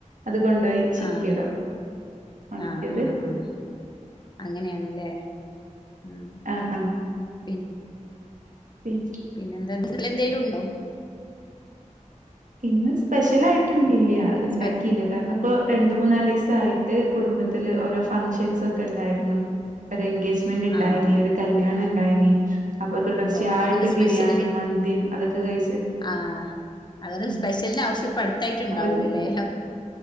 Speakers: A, on the right; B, on the left.
A: അത് കൊണ്ടോയി ചിക്കിയിടും
B: ആഹ്
A: ഒണക്കിയത്
B: ആഹ് ആഹ് ആഹ് അങ്ങനെയാണല്ലേ ഉം
A: ആഹ് ആഹ്
B: പി
A: <unintelligible>
B: പിന്നെ എന്താ എന്തേലും ഉണ്ടോ
A: ഇന്ന് സ്പെഷ്യൽ ആയിട്ട് ഇല്ല ഉണ്ടാക്കിയില്ല
B: സ്പെ
A: കാരണം ഇപ്പൊ രണ്ട് മൂന്നാല് ദിവസആയിട്ട് കുടുംബത്തില് ഓരോ ഫംഗ്ഷൻസ് ഒക്കെ ഉണ്ടായിരുന്നു ഒരു എൻഗേജ് ബന്റ് ഉണ്ടായിന്
B: ആഹ്
A: ഒരു കല്യാണം ഉണ്ടായിന് അപ്പൊ തുടർച്ചയായി
B: ഓ അപ്പൊ പിന്നെ സ്പെഷ്യലിന്
A: ബിരിയാണി മന്തി അതൊക്കെ കഴിച്ച്
B: ആഹ് അതാരം
A: ഉം
B: സ്പെഷ്യലിന്റെ ആവശ്യം ഇപ്പ അടുത്താആയിട്ട് ഉണ്ടാകുലല്ലേ
A: അപ്പൊ